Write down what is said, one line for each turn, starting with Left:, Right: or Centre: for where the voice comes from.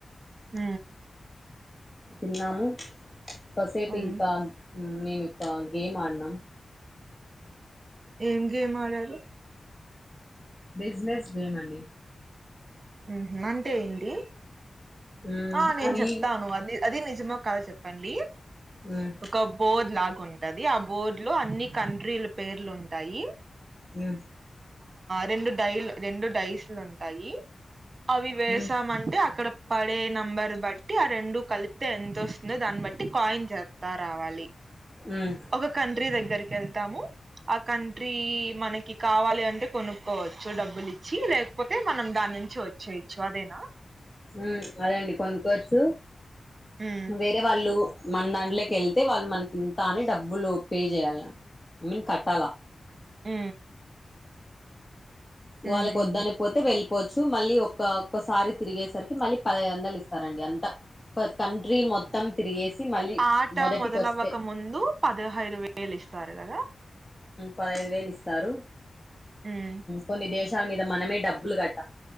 Right: ఊ
Left: తిన్నాము కాసేపు
Right: ఉమ్
Left: ఇంకా మేమిక్క గేమ్ ఆడినాం
Right: ఏం గేమ్ ఆడారు
Left: బిజినెస్ గేమ్ అండి
Right: ఉ అంటే ఏంటి
Left: మ్
Right: ఆ నేను
Left: అవి
Right: చెప్తాను అది అది నిజమో కాదో చెప్పండి
Left: ఉమ్
Right: ఒక బోద్ లాగ్ ఉం టది ఆ బోర్డు లో అన్ని కంట్రీల పేర్లుంటాయి
Left: ఉ
Right: రెండు డైలు రెండు డైస్లు ఉంటాయి అవి వేసామంటే
Left: ఉమ్
Right: అక్కడ పడే నెంబర్ బట్టి ఆ రెండు కలిపితే ఎంతొస్తుందో దాన్ని బట్టి కాయిన్ జర్పుత రావాలి
Left: ఉమ్
Right: ఒక కంట్రీ దగ్గరకెళ్తాము ఆ కంట్రీ మనకి కావాలి అంటే కొనుక్కోవచ్చు డబ్బులు ఇచ్చి లేకపోతే మనం దాన్ నుంచి వచ్చేచ్చు అదేనా
Left: ఉ అదండి కొనుక్కోవచ్చు
Right: ఉమ్
Left: వేరే వాళ్ళు మన దాంట్లోకి వెళ్తే వాళ్ళు మనకి ఇంత అని డబ్బులు పే చేయల్ల ఐ మీన్ కట్టలా
Right: ఉ
Left: వాళ్ళకు
Right: ఉహు
Left: వద్దని పోతే వెళ్ పోచ్చు మళ్ళీ ఒక్క ఒక్కసారి తిరిగేసరికి మళ్ళీ పదఐదు వందలు ఇస్తారండి అంత ఒక కంట్రి మొత్తం తిరిగేసి మళ్ళీ
Right: ఆట
Left: మొదటికి
Right: మొదలవ్వక
Left: వస్తే
Right: ముందు పదహైదు వేలు ఇస్తారు కదా
Left: పదైదు వేలు ఇస్తారు
Right: ఉమ్
Left: కొన్ని దేశాల మీద మనమే డబ్బులు కట్